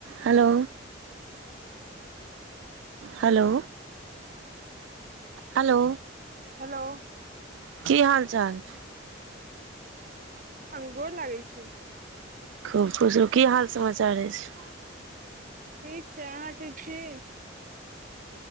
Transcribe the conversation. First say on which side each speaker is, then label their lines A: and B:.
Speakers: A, on the right; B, on the right.
A: hello hello hello
B: hello
A: की हाल चाल
B: मामी गोर लागै छी
A: खूब खुश रहु की हाल समाचार अछि
B: ठीक छै अहाँ ठीक छी हेलो